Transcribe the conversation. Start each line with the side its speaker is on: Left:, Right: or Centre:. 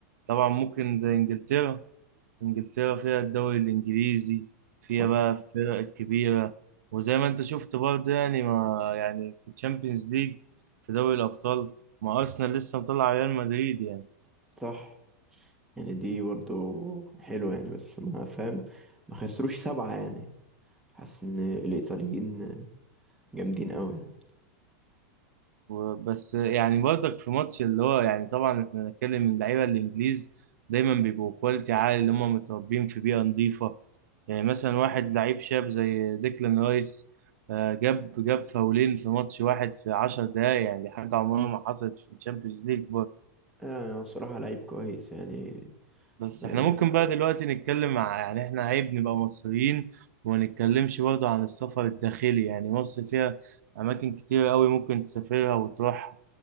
Right: طبعا ممكن زي إنجلترا انجلترا فيها الدوري الانجليزي فيها
Centre: صح
Right: بقى الفرق الكبيره وزي ما انت شفت برضه يعني ما يعني في تشامبيونز ليج في دوري الابطال ما ارسنال لسه مطلع ريال مدريد يعني
Centre: صح يعني دي برضه حلوة يعني بس ما فاهم ما خسروش سبعة يعني حاسس إن الإيطاليين جامدين أوي يعني
Right: وبس يعني برضك في ماتش اللي هو يعني طبعا احنا بنتكلم اللعيبه الانجليز دايما بيبقوا كواليتي عالي اللي هم متربيين في بيئه نظيفه يعني مثلا واحد لعيب شاب زي ديكلان رايس آه، جاب جاب فاولين في ماتش واحد في 10 دقايق يعني دي حاجه عمرها ما حصلت في الشامبيونز ليج
Centre: يعني هو بصراحة لعيب كويس يعني
Right: بس
Centre: آه،
Right: احنا ممكن بقى دلوقتي نتكلم ع- يعني احنا عيب نبقى مصريين وما نتكلمش برضه عن السفر الداخلي يعني مصر فيها أماكن كتير قوي ممكن تسافرها وتروحها